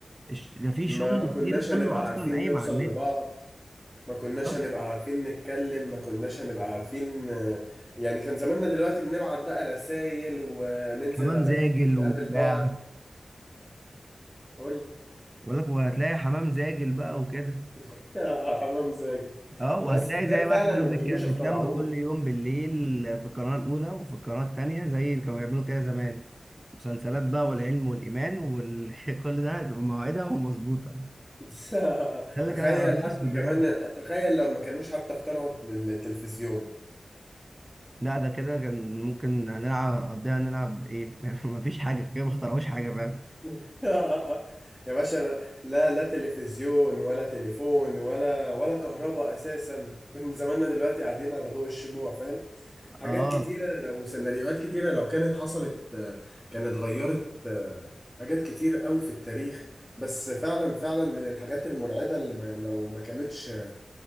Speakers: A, on the right; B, in the centre.
A: الش- ده في
B: ما
A: شغل
B: ما كناش
A: كتير كله
B: هنبقى
A: اصلا
B: عارفين
A: قايم
B: نوصل
A: على النت
B: لبعض ما كناش
A: طب
B: هنبقى عارفين نتكلم ما كناش هنبقى عارفين آه، يعني كان زماننا دلوقتي بنبعت بقى رسائل وننزل
A: حمام
B: على
A: زاجل
B: نقابل
A: وبتاع
B: بعض قول لي
A: بقول لك وهتلاقي حمام زاجل بقى وكده
B: <laughs> آه، حمام زاجل
A: اه وهتلاقي
B: بس تخيل
A: زي
B: فعلا
A: ما احنا
B: لما
A: بنك-
B: ما كانوش
A: بنتلم
B: اخترعوه
A: كل يوم بالليل في القناة الأولى وفي القناة التانية زي اللي كانوا بيعملوا كده زمان مسلسلات بقى والعلم والإيمان وكل <laughs> ده بمواعيدها ومظبوطة
B: <laughs>
A: ده اللي
B: تخيل
A: كان بيحصل
B: حتى
A: بجد
B: كمان تخيل لو ما كانوش حتى اخترعوا التلفزيون
A: لا ده كده كان ممكن هنلعب نقضيها نلعب ايه <laughs> يعني مفيش حاجة كده ما اخترعوش حاجة فاهم
B: <laughs> يا باشا أنا لا لا تلفزيون ولا تليفون ولا ولا كهرباء اساسا كنا زماننا دلوقتي قاعدين على ضوء الشموع فاهم حاجات
A: اه
B: كتيره لو سيناريوهات كتيره لو كانت حصلت آه، كانت غيرت آه، حاجات كتير قوي في التاريخ بس فعلا فعلا من الحاجات المرعبه اللي ما لو ما كانتش